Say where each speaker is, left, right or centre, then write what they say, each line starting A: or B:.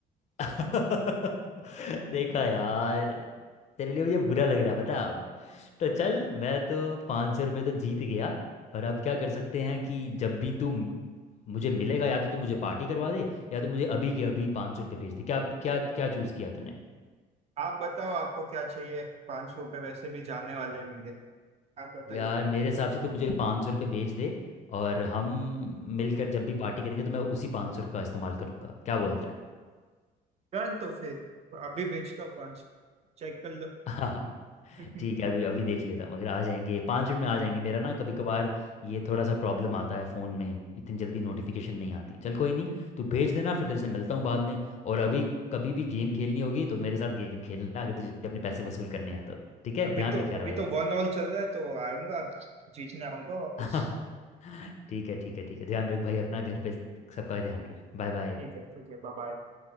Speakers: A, on the left; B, on the right.
A: <laughs> देखा यार तेरे लिए मुझे बुरा लग रहा है पता है अब तो चल मैं तो पाँच सौ रुपये तो जीत गया और अब क्या कर सकते हैं कि जब भी तू म- मुझे मिलेगा या तो तू मुझे पार्टी करवा दे या तो मुझे अभी के अभी पाँच सौ रुपये भेज दे क्या क्या क्या चूज़ किया तूने
B: आप बताओ आपको क्या चाहिए पाँच सौ रुपये वैसे भी जाने वाले हैं मेरे आप बताइए
A: यार मेरे हिसाब से तो मुझे पाँच सौ रुपये भेज दे और हम मिलकर जब भी पार्टी करेंगे तो मैं उसी पाँच सौ का इस्तेमाल करूंगा क्या बोलता
B: डन तो फिर अभी बेचता हूँ पाँच चेक कर लो
A: है
B: <laughs> क्या
A: <laughs> ठीक है अभी अभी देख लेता हूँ अगर आ जाएंगे पाँच मिनट में आ जाएंगे मेरा ना कभी कभार ये थोड़ा सा प्रॉब्लम आता है फ़ोन में इतनी जल्दी नोटिफिकेशन नहीं आती चल कोई नहीं तू भेज देना फिर तेरे से मिलता हूँ बाद में और अभी कभी भी गेम खेलनी होगी तो मेरे साथ गेम खेलना अगर तुझे अपने पैसे वसूल करने हैं तो ठीक है
B: अभी
A: ध्यान
B: तो
A: रख यार
B: अभी
A: भाई
B: तो
A: अपना
B: वन ऑल चल रहा है तो आऊंगा जीतना आऊंगा वापस
A: <laughs> ठीक है ठीक है ठीक है ध्यान रख भाई अपना घर पे सबका ध्यान रख बाय बाय
B: ठीक है ठीक है बाय बाय